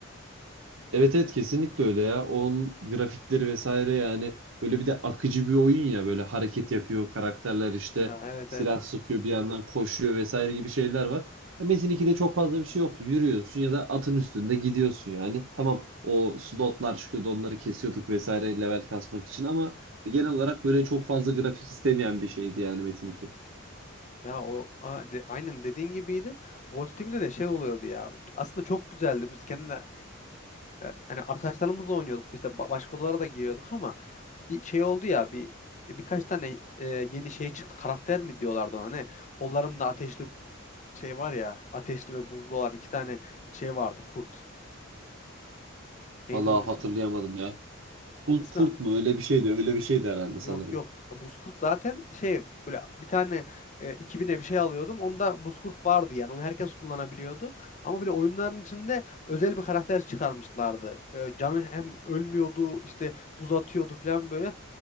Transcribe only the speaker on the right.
Evet evet kesinlikle öyle ya. Onun grafikleri vesaire yani böyle bir de akıcı bir oyun ya böyle hareket yapıyor karakterler işte
silah
sıkıyor bir yandan koşuyor vesaire gibi şeyler var. Ya Metin 2'de çok fazla bir şey yoktu. Yürüyorsun ya da atın üstünde gidiyorsun yani. Tamam o slotlar çıkıyordu onları kesiyorduk vesaire level kasmak için ama genel olarak böyle çok fazla grafik istemeyen bir şeydi yani Metin 2.
Vallahi
hatırlayamadım ya.
Buz
kurt mu öyle bir şeydi öyle bir şeydi herhalde sanırım.